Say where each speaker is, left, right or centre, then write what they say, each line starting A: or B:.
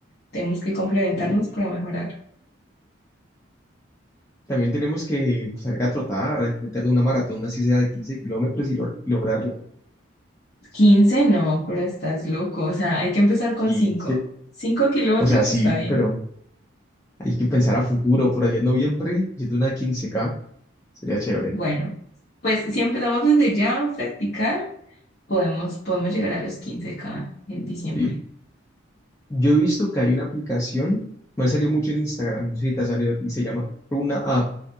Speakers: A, on the left; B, on the left.
A: tenemos que complementarnos
B: Increíble.
A: para mejorar.
B: También tenemos que salir a trotar, a meter de una maratón, así sea de 15 kilómetros y, lo- y lograrla.
A: quince no, pero estás loco. O sea, hay que empezar con
B: quince
A: cinco cinco kilómetros
B: O sea, sí,
A: está bien.
B: pero Hay que pensar a futuro, por allá en noviembre, haciendo una quince k sería chévere.
A: Bueno, pues si empezamos desde ya a practicar. Podemos, podemos llegar a los 15K en diciembre.
B: Sí. Yo he visto que hay una aplicación, me ha salido mucho en Instagram, no sé si te ha salido a ti, se llama Runa App,